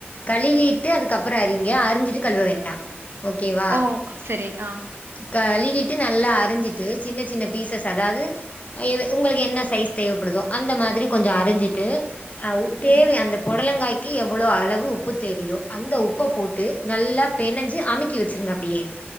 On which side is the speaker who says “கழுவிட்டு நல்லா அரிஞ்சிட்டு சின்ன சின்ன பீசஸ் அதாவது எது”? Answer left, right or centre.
Left